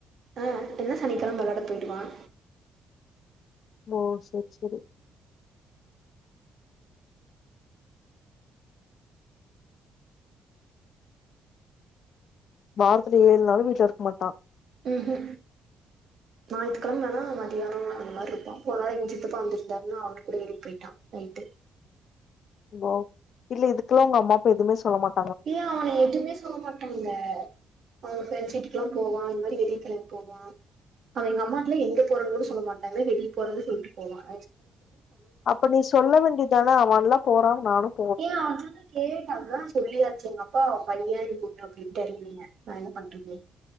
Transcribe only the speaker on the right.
ஆ இன்னும் சனிக்கெழம வெளாட போயிடுவான்
ம் நா ஞாயித்து கெழமலா மதியானம் அந்த மாரி இருப்பான் போன வாரம் எங்க சித்தப்பா வந்துருந்தாருன்னா அவரு கூடே வெளிய போயிட்டான் நைட்டு
ஏ அவன எதுமே சொல்ல மாட்டாங்க அவுங்க சிட்டி கிளா போவான் இந்த மாரி வெளிய கெளம்பி போவான் அவன் எங்க அம்மாட்டல எங்க போறன்னு கூட சொல்ல மாட்டா வெளிய போறன் சொல்லிட்டு போவான்
ஏ அதுதா கேடப் அதான் சொல்லியாச்சு எங்க அப்பா பையன் கூப்டு போவான் அப்டின் தெரியலீங்க நா என்ன பண்றது